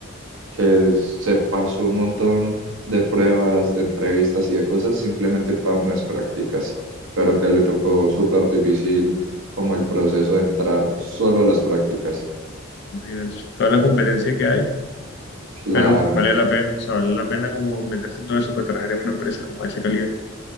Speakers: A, on the right; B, on the left.
A: que se pasó un montón de pruebas, de entrevistas y de cosas simplemente para unas prácticas, pero que le tocó súper difícil como el proceso de entrar solo a las prácticas.
B: Imagínate, Toda la competencia que hay,
A: Claro,
B: pero vale la pena, o sea, vale la pena como meterse en todo eso para trabajar en una empresa como ese calibre.